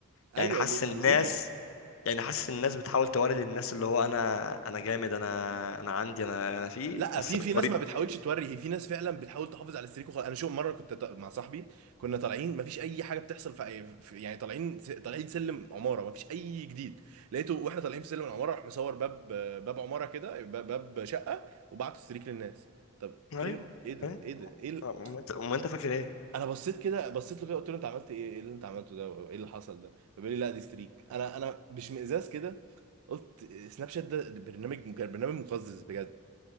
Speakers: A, on the right; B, on the left.
A: ايوه
B: يعني حاسس
A: ل-
B: الناس
A: ل- ليه
B: يعني حاسس الناس بتحاول توري للناس اللي هو انا انا جامد انا انا عندي انا انا فيه
A: لا
B: بس
A: في
B: بالطريقه
A: في ناس ما بتحاولش توري هي في ناس فعلا بتحاول تحافظ على السريك وخلاص انا شو مره كنت ط- مع صاحبي كنا طالعين ما فيش اي حاجه بتحصل في أي- في- يعني طالعين س- طالعين سلم عماره ما فيش اي جديد لقيته واحنا طالعين في سلم العماره راح مصور باب باب عماره كده باب باب شقه وبعت السريك للناس طب
B: ايوه
A: فين ايه ده
B: أيوه.
A: ايه ده ايه ال...
B: ما انت ما انت فاكر ايه
A: انا بصيت كده بصيت له كده قلت له انت عملت ايه ايه اللي انت عملته ده ايه اللي حصل ده فبيقول لي لا دي ستريك انا انا باشمئزاز كده قلت سناب شات ده برنامج برنامج مقزز بجد